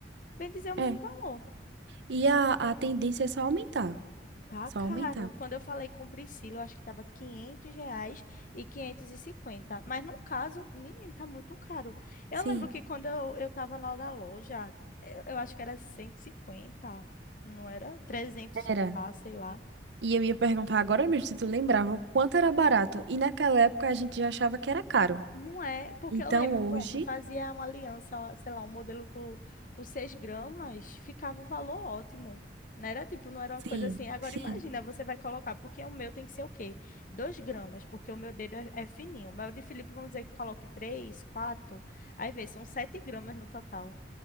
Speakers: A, on the left; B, on the right.
A: Bem dizer, o mesmo
B: é.
A: valor.
B: E a, a tendência é só aumentar,
A: Tá
B: só
A: caro.
B: aumentar.
A: Quando eu falei com Priscila, eu acho que tava 500 reais e quinhentos e cinquenta Mas no caso, menino, tá muito caro. Eu
B: Sim,
A: lembro que quando eu, eu tava lá da loja, eu, eu acho que era cento e cinquenta não era? trezentos o
B: era.
A: par, sei lá.
B: E eu ia perguntar agora mesmo se tu lembrava o quanto era barato. E naquela época a gente já achava que era caro.
A: Não é, porque
B: Então
A: eu lembro,
B: hoje,
A: ponto, eu fazia uma aliança, sei lá, um modelo com, com 6 gramas, ficava um valor ótimo. Não era tipo, não era uma
B: sim,
A: coisa assim. Agora
B: sim,
A: imagina, você vai colocar, porque o meu tem que ser o quê? dois gramas, porque o meu dedo é, é fininho. Mas o de Felipe, vamos dizer que coloque três quatro aí vê, são 7 gramas no total.